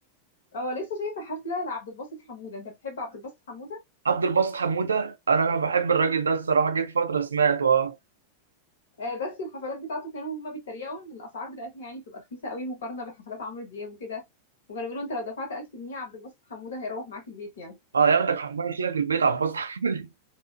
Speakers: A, on the left (about 60°); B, on the right (about 70°).
A: اه لسه شايفه حفله لعبد الباسط حموده انت بتحب عبد الباسط حموده
B: عبد الباسط حموده انا بحب الراجل ده الصراحه جيت فتره سمعت اه
A: آه، بس الحفلات بتاعته كانوا هما بيتريقوا ان الاسعار بتاعتها يعني بتبقى رخيصه قوي مقارنه بحفلات عمرو دياب وكده وكانوا بيقولوا انت لو دفعت 1000 جنيه عبد الباسط حموده هيروح معاك البيت يعني
B: اه ياخدك حفله يشيلك البيت عبد الباسط حموده